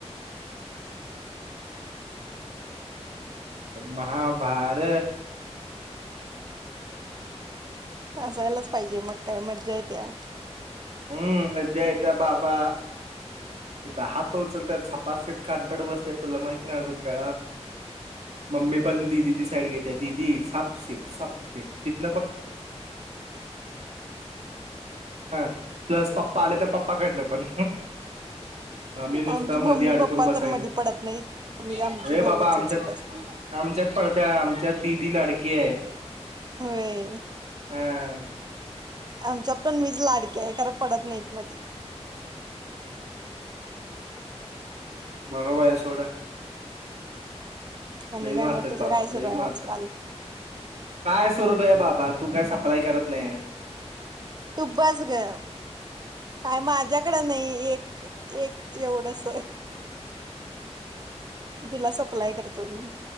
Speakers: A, on the right; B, on the right.
A: महाभारत
B: असायलाच पाहिजे मग काय मज्जा येतीया.
A: हम्म् मज्या येतया बाबा तिथ हात उचलत्यात झा्- पास एक कानपड बसत्यात तुला माहित नाही अजून का? मम्मी पण दिदीची साईड घेते दिदी साप सिप साप् <inaudible> <inaudible> <inaudible> प्लस पप्पा आले तर, पप्पा कडनं पण आम्ही नुसता
B: आमची
A: मधी
B: मम्मी
A: अडकून
B: पप्पा
A: बसायचं
B: तर मधी पडत नाहीत आम्ही आमची
A: ए्
B: दोघंच
A: बाबा आमच्यात
B: चूक असते
A: आमच्यात पडत्या आम्- त्यात दीदी लाडकी हाय.
B: होय.
A: हा.
B: आमच्यात पण मीच लाडकी आहे, खरं पडत नाहीत मधी.
A: मला बाय सोड.
B: आणि
A: लई
B: काय
A: मारत्यात
B: मग तुझं
A: बाबा
B: काय सुरू
A: लई
B: आहे
A: मारत्यात.
B: आजकाल
A: काय <unintelligible> आहे बाबा. तू काय सप्लाय करत नाहीयेस.
B: तू बस गप. काय माझ्याकडे नाही एक-एक एवढंस. तुला सप्लाय करतो मी.